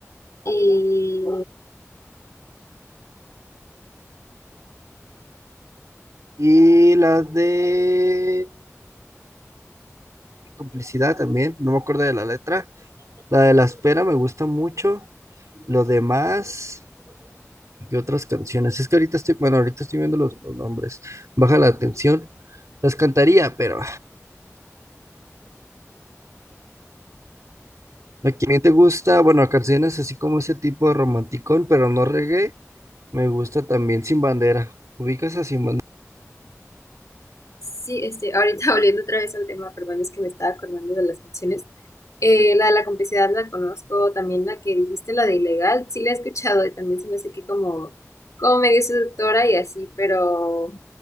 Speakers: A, on the left; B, on the right.
A: Y
B: Y las de complicidad también, no me acuerdo de la letra. La de La Espera me gusta mucho. Lo demás, ¿qué otras canciones? Es que ahorita estoy, bueno, ahorita estoy viendo los, los nombres. Baja la atención. Las cantaría, pero la que bien te gusta, bueno, canciones así como ese tipo de romanticón, pero no reggae, me gusta también Sin Bandera. ¿Ubicas a Sin Bandera?
A: sí, este, ahorita <laughs> volviendo otra vez al tema, perdón, es que me estaba acordando de las canciones. Eh, la de la complicidad la conozco, también la que dijiste, la de ilegal, sí la he escuchado y también se me hace que como, como medio seductora y así, pero,